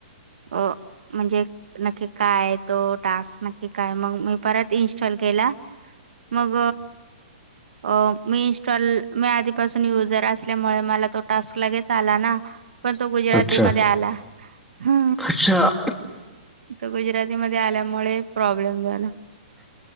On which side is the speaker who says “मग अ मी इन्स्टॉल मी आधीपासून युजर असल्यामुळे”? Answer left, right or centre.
Right